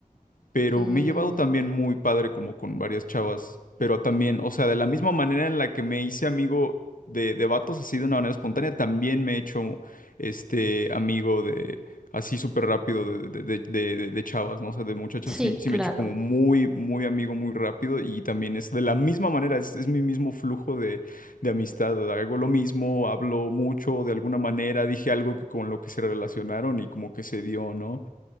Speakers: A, on the left; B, in the centre.
A: pero
B: Mm,
A: me he llevado también muy padre como con varias chavas, pero también, o sea, de la misma manera en la que me hice amigo de, de vatos así de una manera espontánea, también me he hecho este amigo de así súper rápido de, de, de- de- de- de chavas, ¿no? O sea, de muchachas
B: sí,
A: sí, sí
B: claro.
A: me he hecho como muy, muy amigo muy rápido y también es de la misma manera, es, es mi mismo flujo de, de amistad, hago lo mismo, hablo mucho de alguna manera, dije algo que con lo que se relacionaron y como que se dio, ¿no?